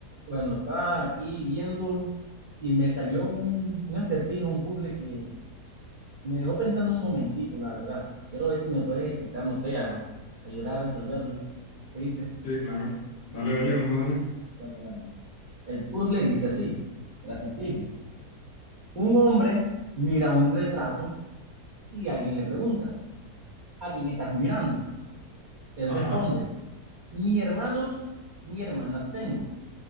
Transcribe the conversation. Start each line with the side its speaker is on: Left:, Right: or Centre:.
Right: Bueno, estaba aquí viendo y me salió un, un acertijo, un puzzle que me dejó pensando un momentico, la verdad. Quiero ver si me puedes, quizás, no sé, a- ayudar a resolverlo. ¿Qué dices?
Left: Sí, claro. Dale, dale, vamos a darle.
Right: Bueno, bueno. El puzzle dice así, el acertijo. Un hombre mira un retrato y alguien le pregunta, ¿a quién estás mirando? Él
Left: Ajá.
Right: responde, ni hermanos ni hermanas tengo,